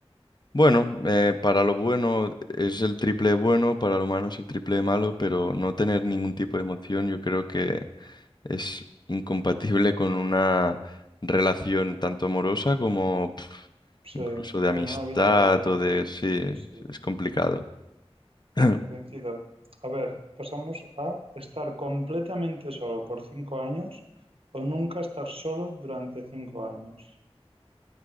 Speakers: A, on the left; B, on the right.
A: bueno, eh, para lo bueno es el triple de bueno, para lo malo es el triple de malo, pero no tener ningún tipo de emoción, yo creo que es incompatible con una relación tanto amorosa como pf,
B: Sí,
A: incluso de amistad
B: con una vida plena.
A: o de... Sí,
B: Sí, sí.
A: es complicado. <clears throat>
B: coincido. A ver, pasamos a estar completamente solo por cinco años o nunca estar solo durante cinco años.